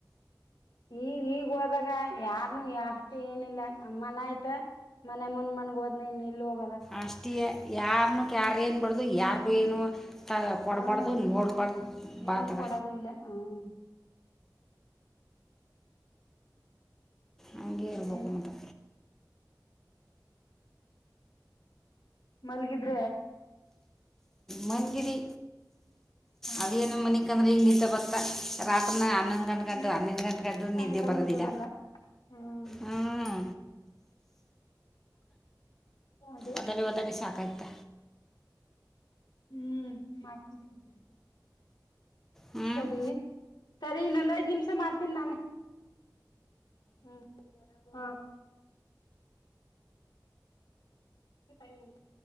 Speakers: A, on the left (about 80°); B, in the centre.
A: ಈಗ ಈಗ ಹೋದಾಗ ಯಾರನು ಅಷ್ಟು ಏನಿಲ್ಲ ನಮ್ಮ ಮನ ಆಯ್ತ ಮನೆಯಮನ್ ಮನ್ಗ ಹೋದ್ನನ್ ಎಲ್ಲು ಹೋಗ
B: ಅಷ್ಟೇ ಯಾರ್ನು ಕ್ಯಾರೇ ಅನ್ನಬಾರದು ಯಾರಿಗು ಏನು ಕೊಡ್ಬಾರ್ದು
A: ಹ್ಮ್
B: ನೋಡ್ಬಾರ್ದು ಬಾ
A: ಏನು
B: ಹತ್ತಗ
A: ಕೊಡೋದು ಇಲ್ಲ ಹ್ಮ್
B: ಹಂಗೆ ಇರ್ಬೇಕು
A: ಇನ್ನೇನು
B: ಮತ್ತು
A: ಮಲ್ಗಿದ್ರ
B: ಮಗಿದಿ
A: ಹಾ
B: ಅದೇಏನು ಮನಿಕಂದ್ರೆ ಹೀಗ ನಿದ್ದೆ ಬತ ರಾತ್ರಿನಾಗ ಹನ್ನೊಂದು ಗಂಟ ಗಂಟು
A: ನಿದ್ದೆ
B: ಹನ್ನೊಂದು ಗಂಟೆ ಗಂಟು
A: ಸಾಯಂಕಾಲ
B: ನಿದ್ದೆ ಬರೋದಿಲ್ಲ
A: ಬರ್ಲ್ಲ ಹ್ಮ್
B: ಹ್ಮ್
A: ಅದೇ <unintelligible>
B: ಒದ್ದಾಡಿ ಒದ್ದಾಡಿ ಸಾಕಾಯ್ತ
A: ಹ್ಮ್ ಮಾಡ್ತೀನಿ
B: ಹ್ಞೂ
A: ಸರಿ ಸರಿ ಇನ್ನೊಂದು ಐದು ನಿಮಿಷ ಮಾಡ್ತೀನಿ ನಾನೇ ಹ್ಮ್ ಹಾ <unintelligible>